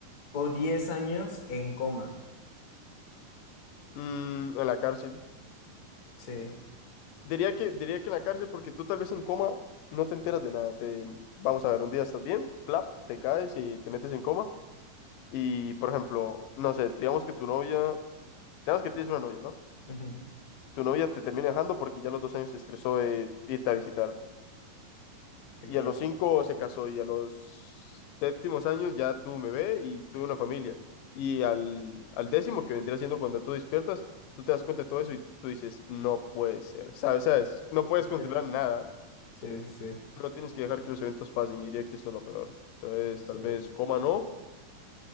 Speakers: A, on the left; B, on the left.
A: o diez años en coma?
B: mm, en la cárcel.
A: Sí,
B: Diría que, diría que en la cárcel porque tú tal vez en coma no te enteras de nada. Te, vamos a ver, un día estás bien, plap, te caes y te metes en coma. Y, por ejemplo, no sé, digamos que tu novia Ya que tienes una novia, ¿no?
A: ujú,
B: Tu novia te termina dejando porque ya a los dos años se estresó de irte a visitar.
A: sí,
B: Y
A: claro.
B: a los cinco se casó y a los séptimos años ya tuvo un bebé y tuvo una familia. Y al, al décimo, que vendría siendo cuando tú despiertas, tú te das cuenta de todo eso y tú dices, no puede ser, ¿sabes? ¿Sabes? No puedes
A: Sí,
B: controlar nada,
A: sí, sí, sí.
B: pero tienes que dejar que los eventos pasen y diría que eso es lo peor. Entonces,
A: Sí,
B: tal vez coma no,